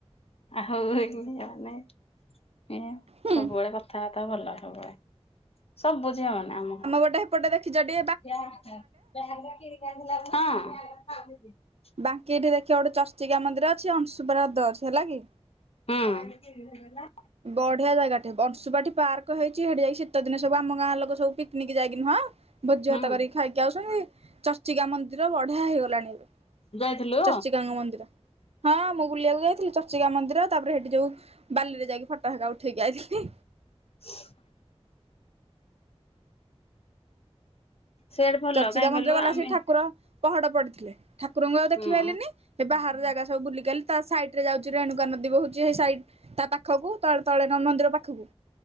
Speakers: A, on the left; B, on the right.
A: ହଉ ଏଇ ମାନେ ଏଇଆ
B: ହୁଁ।
A: ସବୁବେଳେ କଥାବାର୍ତ୍ତା। ତ ଭଲ ହବେ ସବୁ ଝିଅ ମାନେ ଆମ ଗାଁ।
B: ହେପଟେ ହେପଟେ ଦେଖିଛଟି
A: <unintelligible> ହଁ।
B: ବାଙ୍କି ଏଠି ଦେଖିବା ଗୋଟେ ଚର୍ଚ୍ଚିକା ମନ୍ଦିର ଅଛି। ଅଂଶୁପା ହ୍ରଦ ଅଛି ହେଲା କି।
A: ହୁଁ।
B: ବଢିଆ ଜାଗାଟେ ଅଂଶୁପାଠୀ ପାର୍କ ହେଇଛି। ସେଇଠି ଯାଇକି ଶୀତ ଦିନ ସବୁ ଆମ ଗାଁର ଲୋକ ସବୁ ପିକନିକ ଯାଇକି ନୁହଁ ଭୋଜି
A: ହୁଁ
B: ଭାତ କରିକି ଖାଇ ଯାଉଛନ୍ତି ଚର୍ଚିକା ମନ୍ଦିର ବଢିଆ ହେଇଗଲାଣି ଏବେ,
A: ଯାଇଥିଲୁ
B: ଚର୍ଚିକାଙ୍କ ମନ୍ଦିର। ହଁ ମୁଁ ବୁଲିବାକୁ ଯାଇଥିଲି ଚର୍ଚିକା ମନ୍ଦିର। ତାପରେ ସେଇଠି ଯୋଉ ବାଲିରେ ଯାଇକି ଫଟ ହେରା ଉଠେଇକି ଆଇଥିଲି।
A: <inaudible> ସେଆଡେ ଭଲ
B: ଚର୍ଚିକା
A: କାହିଁ
B: ମନ୍ଦିର
A: କହିଲୁ
B: ଗଲା
A: ଆମେ
B: ସେ ଠାକୁର ପହଡ ପଡିଥିଲେ। ଠାକୁରଙ୍କୁ ଆଉ ଦେଖି
A: ହୁଁ
B: ପାରିଲିନି ବାହାର ଜାଗା ସବୁ ବୁଲିକି ଆଇଲି। ତା ସାଇଡ ରେ ଯାଉଛି ରେଣୁକା ନଦୀ ବହୁଛି ସେ ସାଇଡ ତା ପାଖ ପାଖକୁ ତଳେ ତଳେ ନ ମନ୍ଦିର ପାଖକୁ।